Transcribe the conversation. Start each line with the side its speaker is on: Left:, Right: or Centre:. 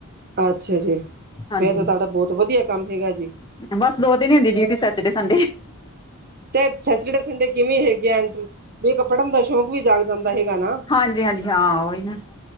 Right: ਅੱਛਾ ਜੀ,
Left: ਹਾਂਜੀ
Right: ਫੇਰ ਤਾਂ ਤੁਹਾਡਾ ਬਹੁਤ ਵਧੀਆ ਕੰਮ ਹੈਗਾ ਜੀ।
Left: ਬਸ ਦੋ ਦਿਨ ਹੀ ਹੁੰਦੀ ਡਿਊਟੀ ਸੈਚਡੇ ਸੰਡੇ।
Right: ਚਾਹ ਸੈਚਡੇ ਸੰਡੇ ਕਿਵੇਂ ਹੈਗੇ ਆ ਵੀ ਇੱਕ ਪੜ੍ਹਨ ਦਾ ਸ਼ੌਂਕ ਵੀ ਜਾਗ ਜਾਂਦਾ ਹੈਗਾ ਨਾ।
Left: ਹਾਂਜੀ ਹਾਂਜੀ ਹਾਂ ਉਹੀ ਨਾ।